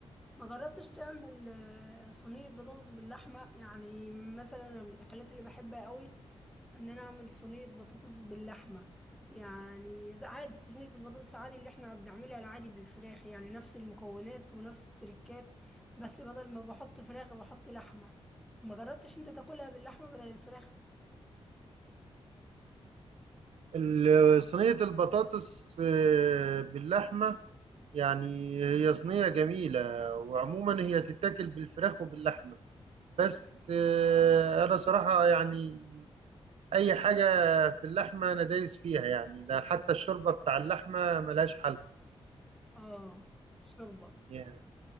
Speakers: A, in the centre; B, on the right.
A: ما جربتش تعمل آه، صينية بطاطس باللحمة يعني مثلا أنا من الأكلات اللي بحبها قوي إن أنا أعمل صينية بطاطس باللحمة يعني زي عادي صينية البطاطس عادي اللي إحنا بنعملها العادي بالفراخ يعني نفس المكونات ونفس التركات بس بدل ما بحط فراخ بحط لحمة ما جربتش أنت تاكلها باللحمة بدل الفراخ
B: ال- صينيه البطاطس آه، باللحمه يعني هي صينيه جميله وعموما هي تتاكل بالفراخ وباللحمه بس آه، انا صراحه يعني اي حاجه في اللحمه انا دايس فيها يعني ده حتى الشوربه بتاع اللحمه ملهاش حل
A: آه شوربة
B: يعني